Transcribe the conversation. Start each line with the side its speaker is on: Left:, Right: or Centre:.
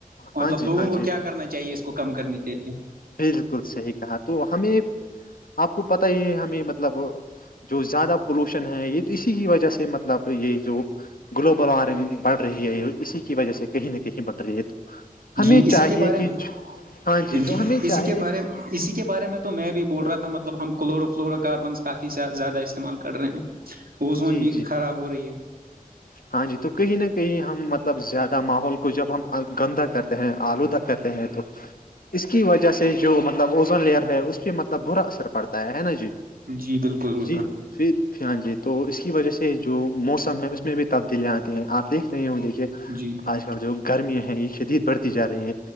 Right: مطلب
Left: ہاں جی
Right: لوگوں
Left: ہاں
Right: کو
Left: جی
Right: کیا کرنا چاہیے اس کو کم کرنی چاہیے
Left: بالکل صحیح کہا تو ہمیں آپ کو پت ہی ہے ہمیں مطلب جو زیادہ پولوشن ہے یہ تو اسی کی وجہ سے مطلب یہ جو گلوبل وارمنگ بڑھ رہی ہے اسی کی وجہ سے کہیں نہ کہیں بڑھ رہی ہے تو ہمیں
Right: جی اسی
Left: چاہیے
Right: کے بارے
Left: کہ
Right: میں
Left: ہاں تو
Right: جی
Left: ہمیں
Right: اسی
Left: چاہیے
Right: کے بارے میں اسی کے بارے میں تو میں بھی بول رہا تھا مطلب ہم کلورو فلورو کاربنس کافی زیادہ استعمال کر رہے ہیں اوزون
Left: جی
Right: بھی
Left: جی
Right: خراب ہو رہی ہے
Left: ہاں جی تو کہیں نہ کہیں ہم مطلب زیادہ ماحول کو جب ہم گندا کرتے ہیں آلودہ کرتے ہیں تو اس کی وجہ سے جو مطلب اوزن لیئر ہے اس پہ مطلب برا اثر پڑتا ہے نا جی
Right: ہے جی بالکل بالکل
Left: جی پھر ہاں جی تو اس کی وجہ سے جو موسم ہے میں بھی تبدیلیاں آتی ہیںپ دیکھ رہے ہوں گے کہ
Right: جی
Left: آج کل جو گرمیاں ہیں یہ شدید بڑھتی جا رہی ہے